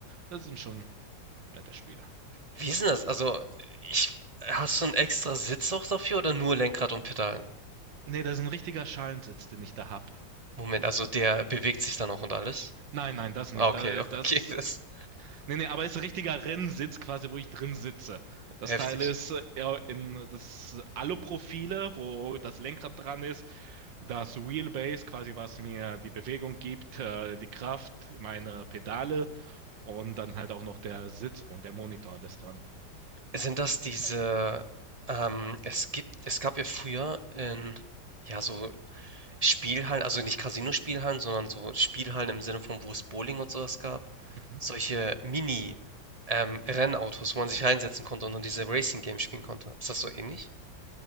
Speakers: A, on the right; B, on the right.
A: Das sind schon nette Spiele.
B: Wie ist denn das? Also, ich hast du 'n extra Sitz auch dafür oder nur Lenkrad und Pedalen?
A: Nee, das ist ein richtiger Schalensitz, den ich da hab.
B: Moment, also der bewegt sich dann auch und alles?
A: Nein, nein, das nicht.
B: Ah, okay,
A: Da-
B: <laughs>
A: Das,
B: okay, das
A: äh,
B: ist
A: nee, nee, aber es ist ein richtiger Rennsitz quasi, wo ich drin sitze.
B: heftig.
A: Das Teil ist äh, ja, in, das ist Aluprofile, wo das Lenkrad dran ist, das Wheelbase quasi, was mir die Bewegung gibt, äh, die Kraft, meine Pedale und dann halt auch noch der Sitz und der Monitor, das dran.
B: Sind das diese, ähm, es gibt es gab ja früher in, ja, so Spielhallen, also nicht Casino-Spielhallen, sondern so Spielhallen im Sinne von, wo es Bowling und sowas gab,
A: Mhm.
B: solche Mini, ähm, Rennautos, wo man sich reinsetzen konnte und dann diese Racing Games spielen konnte. Ist das so ähnlich?